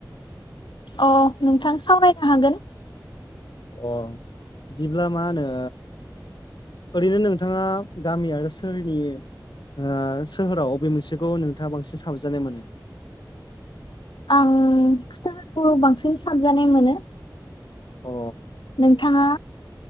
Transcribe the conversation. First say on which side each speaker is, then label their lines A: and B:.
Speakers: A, on the left; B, on the left.
A: अ नोंथां सावरायनो हागोन।
B: अ बिदिब्ला मा होनो ओरैनो नोंथाङा गामि आरो सोहोरनि ओ सोहोराव बबे मोनसेखौ नोंथाङा बांसिन साबजानाय मोनो?
A: आं खिथाफोरखौ बांसिन सानजानाय मोनो
B: अ
A: नोंथाङा